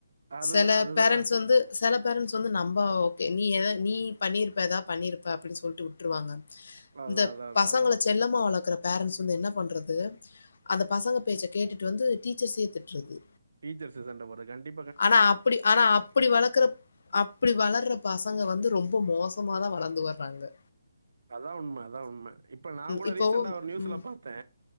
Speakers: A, on the right; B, on the left.
A: அதுதா
B: சில
A: அதுதா
B: பேரண்ட்ஸ் வந்து சில பேரண்டட்ஸ் வந்து நம்ப ஓகே நீ ஏத நீ பண்ணியிருப்ப ஏதா பண்ணிருப்ப அப்டின்னு சொல்லிட்டு விட்டுருவாங்க
A: அதா
B: இந்த
A: அதா அதா
B: பசங்கள
A: அதா
B: செல்லமா வளர்க்கற பேரண்ட்ஸ் வந்து என்ன பண்றது அந்த பசங்க பேச்ச கேட்டுட்டு வந்து டீச்சர்ஸே திட்றது
A: டீச்சர்ஸ்சு சண்ட போடுறதுக் காண்டி
B: ஆனா அப்படி ஆனா அப்படி வளக்கற அப்படி வளர்ற பசங்க வந்து ரொம்ப மோசம் உப்பம்மாதா வளந்து வர்றாங் ந்த
A: அதா உண்ம அதா உண்ம இப்ப நாங்கூட
B: இப்போ
A: ரீசண்டா நியூஸ்ல
B: ம்
A: பாத்தே